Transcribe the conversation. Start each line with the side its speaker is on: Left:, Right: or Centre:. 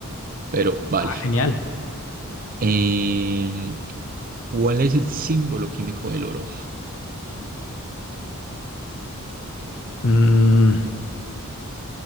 Right: Pero vale.
Left: Ah, genial.
Right: Em, ¿cuál es el símbolo químico del oro?
Left: Mm,